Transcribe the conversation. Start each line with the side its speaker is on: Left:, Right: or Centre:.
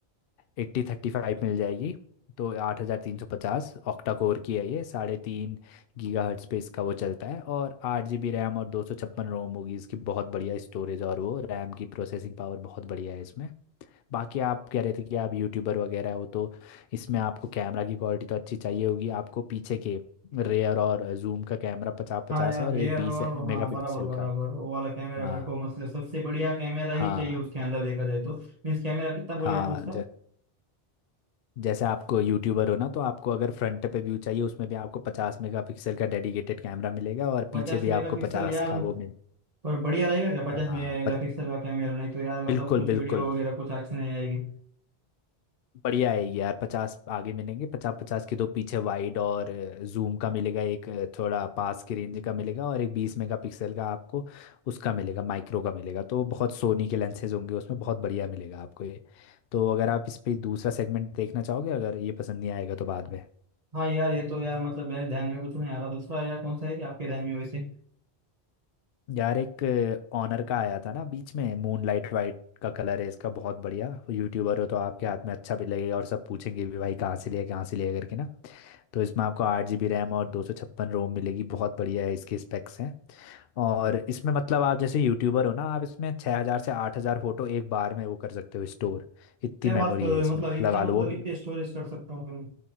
Left: एट्टी थर्टी फाइव मिल जाएगी तो आठ हज़ार तीन सौ पचास ऑक्टा कोर की है ये साढ़े तीन गीगा हर्ट्स पे इसका वो चलता है और आठ जी बी रैम और दो सौ छप्पन रोम होगी इसकी बहुत बढ़िया स्टोरेज और वो रैम की प्रोसेसिंग पावर बहुत बढ़िया है इसमें बाकी आप कह रहे थे कि आप यूट्यूबर वगैरह हो तो इसमें आपको कैमरा की क्वालिटी तो अच्छी चाहिए होगी आपको पीछे के रेयर और जूम का कैमरा पचास पचास
Right: हाँ यार
Left: और
Right: रियर
Left: एक बीस
Right: और
Left: मेगापिक्सल
Right: हाँ बराबर बराबर
Left: का
Right: वो वाला कैमरा
Left: हाँ
Right: मेरे को मतलब सबसे बढ़िया कैमरा ही
Left: हाँ
Right: चाहिए उसके अंदर देखा जाए तो मीन्स कैमरा कितना बोलिए
Left: हाँ
Right: आप उसका
Left: जैसे आपको यूट्यूबर हो ना तो आपको अगर फ्रंट पे व्यू चाहिए उसमें भी आपको पचास मेगापिक्सल का डेडिकेटेड कैमरा मिलेगा और
Right: पचास
Left: पीछे भी
Right: मेगापिक्सल
Left: आपको पचास
Right: यार
Left: का वो मिल
Right: पर बढ़िया रहेगा क्या पचास
Left: हाँ
Right: मेगापिक्सल
Left: पत,
Right: का कैमरा नहीं तो यार
Left: बिल्कुल
Right: मतलब कुछ
Left: बिल्कुल
Right: वीडियो वगैरह कुछ अच्छी नहीं आएगी
Left: बढ़िया आएगी यार पचास आगे मिलेंगे पचास पचास के दो पीछे वाइड और जूम का मिलेगा एक अ, थोड़ा पास की रेंज का मिलेगा और एक बीस मेगापिक्सल का आपको उसका मिलेगा माइक्रो का मिलेगा तो बहुत सोनी के लेंसेज होंगे उसमें बहुत बढ़िया मिलेगा आपको ये तो अगर आप इस पे दूसरा सेगमेंट देखना चाहोगे अगर ये पसंद नहीं आएगा तो बाद में
Right: हाँ यार ये तो यार मतलब मेरे ध्यान में कुछ नहीं आ रहा दूसरा यार कौन सा है कि आपके ध्यान में वैसे
Left: यार एक ऑनर का आया था ना बीच में मूनलाइट वाइट का कलर है इसका बहुत बढ़िया यूट्यूबर हो तो आपके हाथ में अच्छा भी लगेगा और सब पूछेंगे भी भाई कहाँ से लिया कहाँ से लिया करके ना तो इसमें आपको आठ जी बी रैम और दो सौ छप्पन रोम मिलेगी बहुत बढ़िया है इसके स्पेक्स हैं और इसमें मतलब आप जैसे यूट्यूबर हो ना आप इसमें छः हज़ार से आठ हज़ार फोटो एक बार में वो कर सकते हो स्टोर इतनी
Right: क्या
Left: मेमोरी
Right: बात कर रहे
Left: है इसमें
Right: हो मतलब इतना
Left: लगा लो
Right: मतलब
Left: वो भी
Right: इतने स्टोरेज कर सकता हूँ